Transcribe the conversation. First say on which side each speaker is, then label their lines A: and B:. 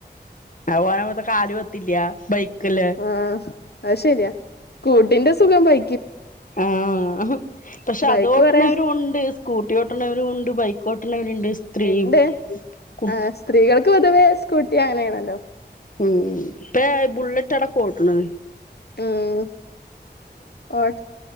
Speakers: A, on the left; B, on the left.
A: അത് പോവലമത്തെ കാല് വെത്തില്ല്യാ ബൈക്കല്ലെ
B: ആഹ് അത് ശെര്യാ സ്കൂട്ടിന്റെ സുഖം ബൈ
A: ആഹ് പക്ഷെ
B: ബൈക്ക്
A: അതോട്ട്ണവരുണ്ട്
B: കൊറേ
A: സ്കൂട്ടി ഓട്ട്ണവരും ഉണ്ട് ബൈക്ക് ഓട്ടണവര്ണ്ട് സ്ത്രീയും
B: ഇണ്ട്
A: കു
B: ആഹ് സ്ത്രീകൾക്ക് പൊതുവേ സ്കൂട്ടി അങ്ങെനേണല്ലോ
A: ഉം ഉം ഇപ്പെഴേ ബുള്ളറ്റടക്കം ഓട്ട്ണ്
B: ആഹ് ഓ